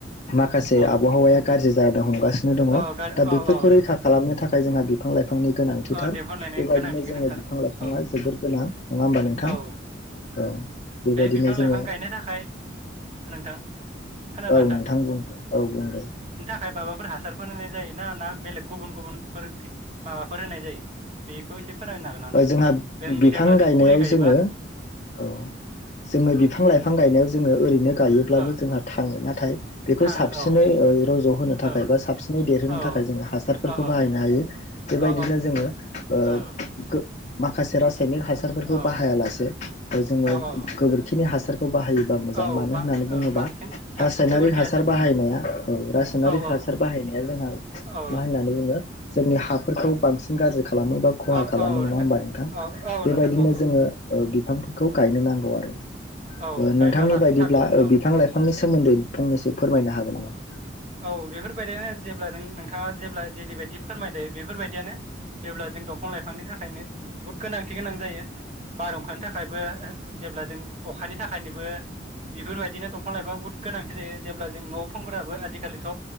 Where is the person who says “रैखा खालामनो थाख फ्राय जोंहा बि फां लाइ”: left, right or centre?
Left